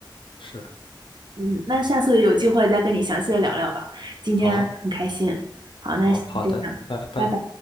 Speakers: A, on the left; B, on the right.
A: 是。
B: 嗯，那下次有机会再跟你详细的聊聊吧。今天很开心，
A: 好，
B: 好，
A: 好，
B: 那先这样，
A: 好的，拜拜。
B: 拜拜。